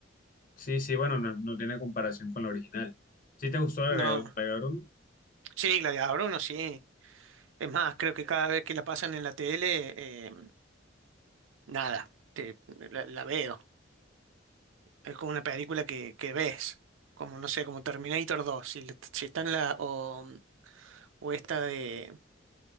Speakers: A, on the left; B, on the right.
A: Sí, sí, bueno, no, no tiene comparación con la original. ¿Sí te gustó la
B: No,
A: agregador, agregador 1?
B: sí, Gladiador uno sí. Es más, creo que cada vez que la pasan en la tele, eh, Nada, te- la, la veo. Es como una película que, que ves, como no sé, como Terminator 2, si, si está en la, o, o esta de,